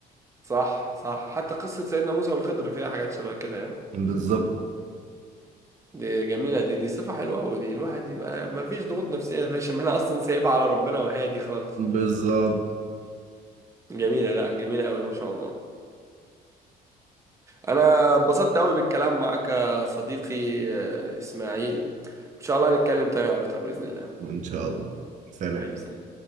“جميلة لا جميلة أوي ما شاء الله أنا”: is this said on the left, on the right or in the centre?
Right